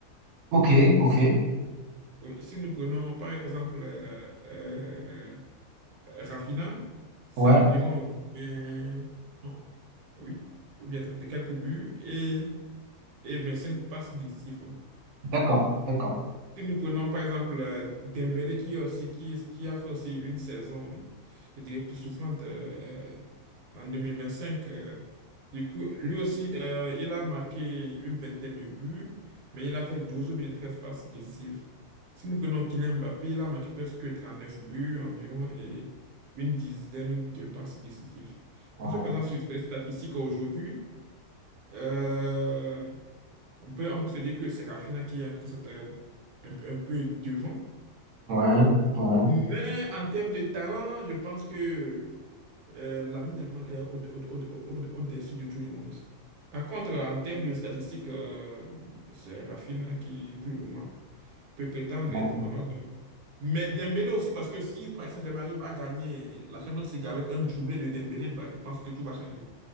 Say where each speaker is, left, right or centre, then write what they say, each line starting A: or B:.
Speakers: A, on the right (about 65°); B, on the right (about 80°).
A: Ok, ok.
B: Si nous, oui, si nous prenons par exemple euh, euh, Raphinha, c'est
A: Ouais.
B: environ vingt non, oui, ou bien 30 et quelques buts et, et 25 passes décisives.
A: D'accord, d'accord.
B: Si nous prenons par exemple euh, Dembélé qui, est aussi, qui, qui a fait aussi une saison, je dirais, époustouflante euh, en 2025, euh, du coup, lui aussi, euh, il a marqué une vingtaine de buts, mais il a fait 12 ou bien 13 passes décisives. Si nous prenons Kylian Mbappé, il a marqué presque 39 buts environ et une dizaine de passes décisives.
A: Ouais,
B: En se basant sur les statistiques aujourd'hui, euh, on peut, on peut se dire que c'est Rafinha qui est en quelque sorte euh, un, peu un peu devant.
A: ouais, ouais.
B: Mais en termes de talent, je pense que euh, Lamine Yamal est au, dessus de tout le monde. Par contre, en termes de statistiques, euh, c'est Rafinha qui, pour le moment, peut prétendre
A: ouais.
B: être ballon d'or. Mais Dembélé aussi, parce que si, par exemple, j'arrive à gagner la Champions League avec un doublé de Dembélé, bah, je pense que tout va changer.